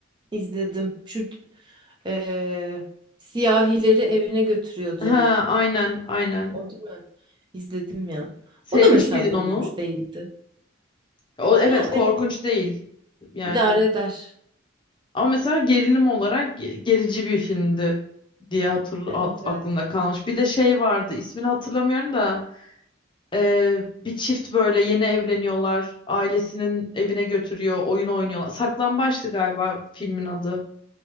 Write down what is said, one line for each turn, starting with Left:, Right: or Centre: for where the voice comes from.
Right: İzledim. Şu eee, siyahileri evine götürüyordu.
Left: Ha, aynen, aynen.
Right: O değil mi? İzledim ya.
Left: Sevmiş
Right: O da mesela
Left: miydin
Right: korkunç
Left: onu?
Right: değildi.
Left: O evet
Right: Ya
Left: korkunç
Right: eh,
Left: değil. Yani
Right: idare eder.
Left: ama mesela gerilim olarak ge- gerici bir filmdi diye hatırl
Right: Evet
Left: at-
Right: evet.
Left: aklımda kalmış. Bir de şey vardı. ismini hatırlamıyorum da e, bir çift böyle yeni evleniyorlar. Ailesinin evine götürüyor, oyun oynuyorlar. Saklambaçtı galiba filmin adı.